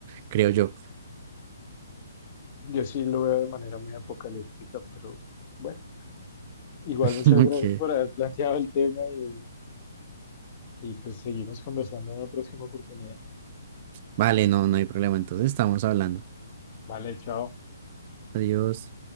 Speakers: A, on the right; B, on the left.
A: creo yo.
B: Yo sí lo veo de manera muy apocalíptica, pero bueno, igual
A: <laughs>
B: muchas
A: Ok,
B: gracias por haber planteado el tema y, y pues seguimos conversando en la próxima oportunidad.
A: vale, no, no hay problema, entonces estamos hablando.
B: Vale, chao.
A: Adiós.